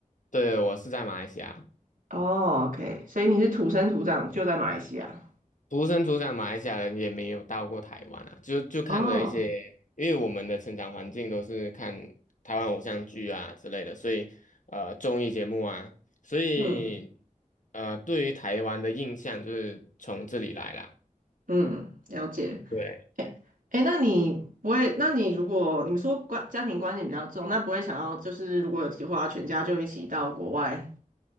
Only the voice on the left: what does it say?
对，我是在马来西亚。
土生土长马来西亚人也没有到过台湾啊，就就看了一些，
因为我们的成长环境都是看台湾偶像剧啊之类的，所以呃综艺节目啊，所以
呃对于台湾的印象就是从这里来啦。
对，